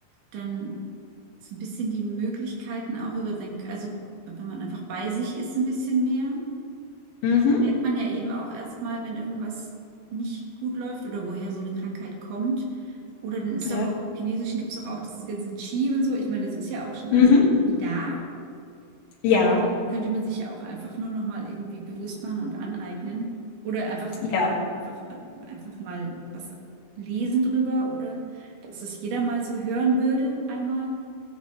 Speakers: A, on the right; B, on the left.
A: dann so ein bisschen die Möglichkeiten auch über sein, also wenn man einfach bei sich ist, ein bisschen mehr,
B: Mhm,
A: merkt man ja eben auch erstmal, wenn irgendwas nicht gut läuft oder woher so eine Krankheit kommt. Oder dann ist
B: ja.
A: doch auch im Chinesischen gibt es doch auch dieses ganze Qi und so. Ich meine, das ist ja auch schon
B: Mhm,
A: alles irgendwie da
B: ja,
A: könnte man sich ja auch einfach nur noch mal irgendwie bewusst machen und aneignen oder einfach
B: ja.
A: einfach einfach mal was lesen drüber oder dass es jeder mal so hören würde einmal.